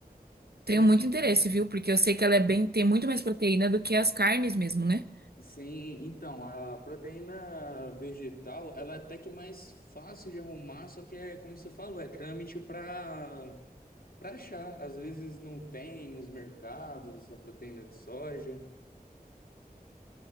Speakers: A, on the left; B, on the right.
A: É,
B: Tenho muito interesse,
A: é.
B: viu? Porque eu sei que ela é bem, tem muito mais proteína do que as carnes mesmo, né?
A: Sim, então, a proteína vegetal, ela é até que mais fácil de arrumar, só que é, como você falou, é trâmite para para achar. Às vezes não tem nos mercados a proteína de soja.